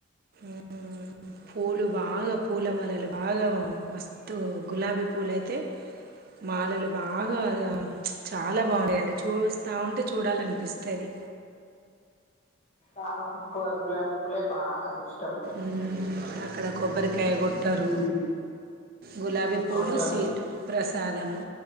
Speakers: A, on the right; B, on the left.
A: మ్ మ్ మ్ పూలు బాగా పూల మాలలు బాగా మస్తు గులాబీ పూలయితే మాలలు బాగా చాలా బాగుండాయండి చూస్తా ఉంటే చూడాలి అనిపిస్తది
B: మాకు ఎక్కువ గులాబీ పూలె బాగా ఇష్
A: మ్ అక్కడ కొబ్బరికాయ కొట్టరు
B: ఉమ్,
A: గులాబీ పూలు
B: కొట్టారు
A: స్వీట్ ప్రసా సాదము